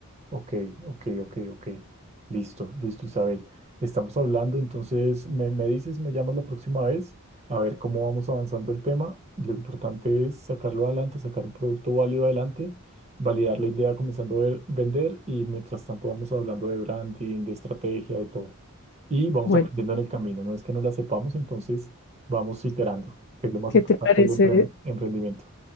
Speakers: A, on the right (about 30°); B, on the left (about 55°).
A: ok, ok, ok, ok. Listo, listo, Isabel. Estamos hablando, entonces me, me dices, me llamas la próxima vez a ver cómo vamos avanzando el tema. Lo importante es sacarlo adelante, sacar un producto válido adelante, validar la idea comenzando a ver- vender y mientras tanto vamos hablando de branding, de estrategia, de todo. Y vamos
B: Bueno,
A: aprendiendo en el camino. No es que no la sepamos, entonces vamos iterando, que es lo más
B: ¿qué
A: importante
B: te parece?
A: del empre- emprendimiento.